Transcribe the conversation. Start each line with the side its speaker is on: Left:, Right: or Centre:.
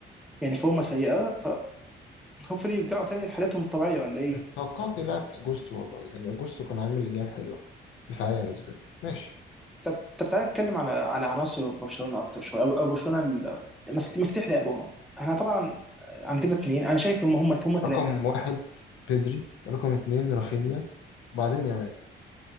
Centre: يعني فورمه سيئه فهوبفلي يرجعوا تاني لحالتهم الطبيعيه ولا ايه؟
Left: مم. توقعت يلعب اجوستو والله يعني اجوستو كان عامل لجام حلوه دفاعيا بالذات ماشي
Centre: طب طب تعالى نتكلم على على عناصر برشلونه اكتر شويه او أو برشلونه ال- مفت- مفتاح لعبهم احنا طبعا عندنا اثنين انا شايف هم هم هم ثلاثه
Left: رقم واحد بيدري رقم اتنين رافينيا وبعدين يامال